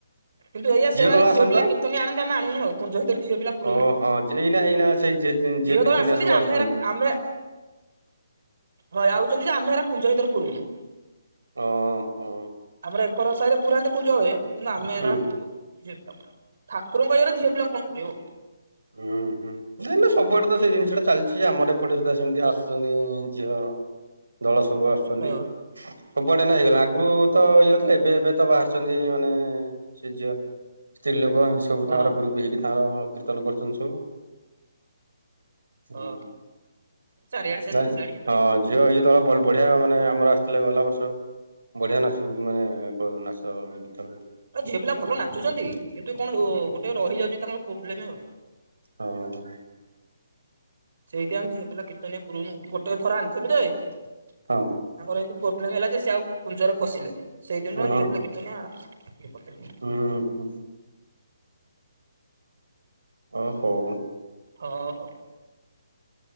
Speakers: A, on the right; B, on the right.
A: କିନ୍ତୁ ଏଇଆ ସେମାନେ
B: ଦଳ
A: ଝିଅ
B: ଆସନ୍ତି
A: ପିଲା
B: ତ?
A: କ୍ରିତନିଆ ଆଣନ୍ତି ଆମେ ଆଣୁନୁ ଆଉ କୁଞ୍ଜ ଭିତରେ ଝିଅ ପିଲା ପୁରଉନୁ
B: ଓ
A: ଆଉ।
B: ହଁ ଏଇନା ଏଇନା ସେଇ
A: ଝିଅ
B: କୀର୍ତ୍ତନିଆ
A: ଦଳେ ଆସନ୍ତି
B: ସବୁ
A: ଯେ ଆମେ
B: ଆସୁଛନ୍ତି।
A: ହେରା ଆମେ ହ ଆଉଛନ୍ତି ଯେ, ଆମେ ହେରା କୁଞ୍ଜ ଭିତରେ ପୁରୁଉନୁ।
B: ଓ ହୋ।
A: ଆମର ଏକର ସାହି ରେ ପୁରାନ୍ତି କୁଞ୍ଜ ହୁଏ, କିନ୍ତୁ ଆମେ ଏରା
B: ହୁଁ
A: ପୁର ଉନୁ ଝିଅପିଲାଙ୍କୁ ଠାରଙ୍କଇଏରେଝିଅ ପିଲାଙ୍କୁ। <unintelligible>
B: ଉଁ ହୁଁ। ନାଇଁ ନା ସବୁଆଡେ ତ ସେଇ ଜିନିଷ ଟା ଚାଲିଛି ଆମର ଏପଟେ ସୁଧା ସେମିତି ଆସୁଛନ୍ତି ଝିଅ। ଦଳ ସବୁ ଆସୁଛନ୍ତି।
A: ହଁ
B: ସବୁଆଡେ ନା ହେଇଗଲା ଆଗରୁ ତ ଇଏଥିଲା ଏବେ ଏବେ ତ ବାହାରିଛନ୍ତି ମାନେ ସେ ଝିଅ। ସ୍ତ୍ରୀ ଲୋକ ଆମେ ସବୁ
A: ହଁ
B: ତାଙ୍କର ଗ୍ରୁପ୍ ହେଇକି ତାଙ୍କର କୀର୍ତ୍ତନ କରୁଥିଲି ସୁ। ହୁଁ
A: ହଁ ଚାରିଆଡେ ସେ
B: ଚାଳିଶ
A: ତ ହେଲାଣି ଏପାଳି
B: ହଁ
A: ଆଉ।
B: ଝିଅ ଇଏ ଦଳ ଭଲ ବଢିଆ ମାନେ ଆମର ଆସିଥିଲେ ଗଲା ବର୍ଷ। ବଢିଆ ନାଚୁ ମାନେ ନାଚ ଗୀତ ହୋଉ
A: ଏ ଝିଅ ପିଲା ଭଲ ନାଚୁଛନ୍ତି କିନ୍ତୁ କଣ ଗୋଟେ ରହିଯାଉଛି ତାଙ୍କର ପ୍ରୋବ୍ଲେମ ଆଉ।
B: ହଁ।
A: ସେଇଠି ଆମେ ଝିଅ ପିଲା କୀର୍ତ୍ତନିଆ ପୂରଉନୁ ଗୋଟେ ଥର ଆଣିଥିଲୁ ଯେ ତାଙ୍କର
B: ହଁ
A: ଏମିତି ପ୍ରୋବ୍ଲେମ ହେଲା ଯେ ସେ ଆଉ କୁଞ୍ଜରେ ପସିଲେନି ସେଇଦିନ
B: ହଁ
A: ଠୁ ଆମେ ଝିଅ ପିଲା କୀର୍ତ୍ତନିଆ ଆ। <inaudible>
B: ହୁଁ ହୁଁ ହୁଁ। ଓ ହୋଉ
A: ହଁ ହଉ।